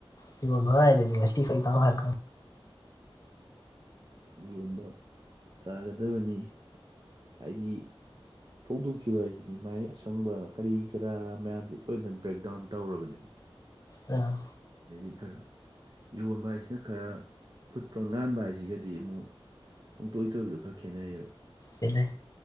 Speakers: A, on the left; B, on the right.
A: ꯁꯤꯕꯣ ꯃꯉꯥꯏꯗꯗꯤ ꯉꯁꯤꯈꯩ ꯇꯥ ꯍꯥꯏꯔ
B: ꯏꯔꯣꯟꯕ ꯆꯥꯒꯗꯕꯅꯤ ꯍꯥꯏꯗꯤ ꯐꯣꯡꯗꯣꯛꯈꯤꯕ ꯍꯥꯏꯁꯤꯗꯤ ꯃꯥꯏ ꯑꯁꯪꯕ ꯀꯔꯤ ꯀꯔꯥ ꯃꯌꯥꯝꯁꯤ ꯂꯣꯏꯅ ꯕ꯭ꯔꯦꯛ ꯗꯥꯎꯟ ꯇꯧꯔꯕꯅꯦꯕ
A: ꯑ
B: ꯑꯗꯩꯗꯤ ꯈꯔ ꯌꯣꯟꯕ ꯍꯥꯏꯁꯤꯅ ꯈꯔ ꯐꯨꯠꯄ ꯉꯥꯟꯕ ꯍꯥꯏꯁꯤꯒꯗꯤ ꯑꯃꯨꯛ ꯄꯨꯡꯇꯣꯏꯕꯗ ꯈꯦꯠꯅꯩꯌꯦꯕꯅ
A: ꯁꯤꯅ